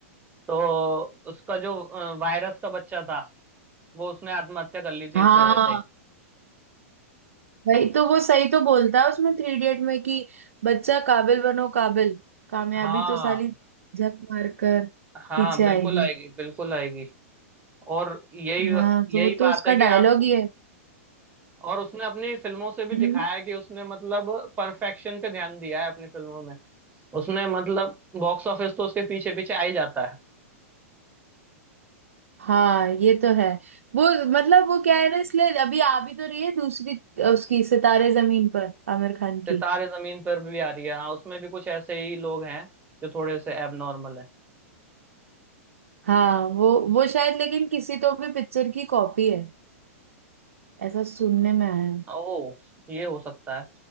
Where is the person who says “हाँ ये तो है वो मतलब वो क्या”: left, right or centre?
Right